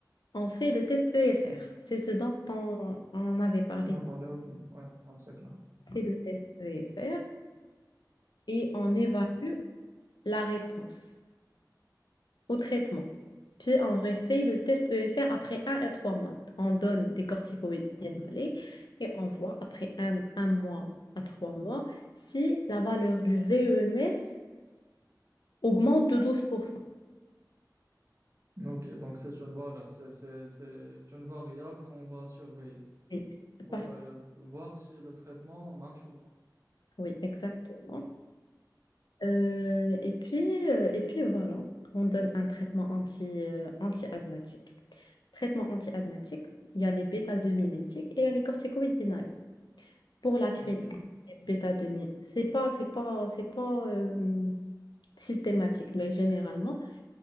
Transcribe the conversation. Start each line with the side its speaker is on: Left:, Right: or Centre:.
Left: on fait le test EFR. C'est ce dont on, on avait parlé,
Right: On a parlé, ok. Ouais, ouais, c'est clair.
Left: c'est le test EFR et on évalue la réponse. au traitement. Puis on refait le test EFR après un à 3 mois. On donne des corticoïdes inhalés et on voit après un un mois à 3 mois si la valeur du VEMS augmente de 12%.
Right: Ok, donc c'est une valeur, c'est, c'est, c'est une variable qu'on va surveiller.
Left: Oui.
Right: pour
Left: Parce
Right: euh,
Left: que,
Right: voir si le traitement marche ou pas.
Left: oui, exactement. Euh, et puis, euh, et puis voilà, on donne un traitement anti, euh, anti-asthmatique. Traitement anti-asthmatique, il y a les bêta-2-mimétiques et il y a les corticoïdes inhalés. pour la créer
Right: OK.
Left: bêta 2000. C'est pas, c'est pas, c'est pas euh, systématique, mais généralement,